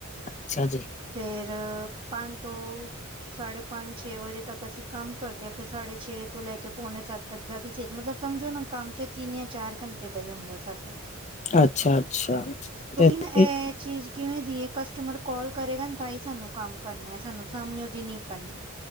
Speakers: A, on the left; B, on the right.
A: ਅੱਛਾ ਜੀ।
B: ਫੇਰ ਪੰਜ ਤੋਂ ਸਾਢੇ ਪੰਜ ਛੇ ਵਜੇ ਤੱਕ ਅਸੀਂ ਕੰਮ ਕਰਦੇ ਆ, ਫੇਰ ਸਾਢੇ ਛੇ ਤੋਂ ਲੈ ਕੇ ਪਉਣੇ ਸੱਤ ਤਕ ਦਾ ਰਿਸੇਸ ਮਤਲਬ ਸਮਝੋ ਨਾ ਕੰਮ ਤੇ ਤਿੰਨ ਯਾ ਚਾਰ ਘੰਟੇ ਦਾ ਈ ਹੁੰਦਾ ਸਾਡਾ।
A: ਅੱਛਾ ਅੱਛਾ
B: ਕੋਕੀ
A: ਤੇ ਤੁਸੀਂ
B: ਨਾ ਐ ਚੀਜ਼ ਕਿਵੇਂ ਦੀ ਐ ਕਸਟਮਰ ਕੋਲ ਕਰੇਗਾ ਤਾਂ ਹੀ ਸਾਨੂੰ ਕੰਮ ਕਰਨਾ, ਸਾਨੂੰ ਸਾਮਣੇ ਓ ਦੀ ਨੀ ਕਰਨਾ।